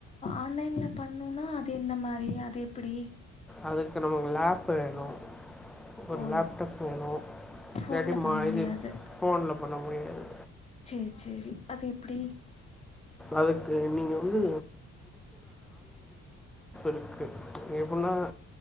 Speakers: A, on the left (about 20°); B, in the centre.
A: ஆன்லைன் லா பண்ணுனா அது எந்த மாரி அது எப் இப்படி
B: அதுக்கு நம்மகு லேப் வேணும் ஒரு
A: ஓ
B: லேப்டாப் வேணும்
A: ஃபோன்ல
B: இல்லாட்டி
A: பண்ண
B: மா
A: முடியாது
B: இது ஃபோன்ல பண்ண முடியாது
A: சேரி சேரி அது எப்படி
B: அதுக்கு நீங்கள் வந்து இருக்கு எப்படின்னா